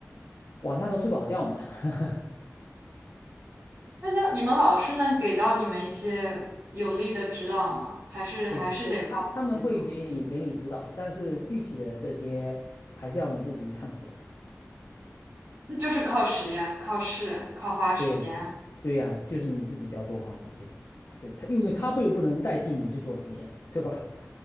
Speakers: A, on the left; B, on the right.
A: 晚上都睡不好觉嘛。<laughs>
B: 那像你们老师能给到你们一些有力的指导吗？还是还是得靠自己做？
A: 对对，他他们会给你给你指导，但是具体的这些还是要你自己去探索嘛。
B: 那就是靠实验、靠试、靠花时间。
A: 对呀，对呀，就是你自己要多花时间。对他，因为他又不能代替你去做实验，对吧？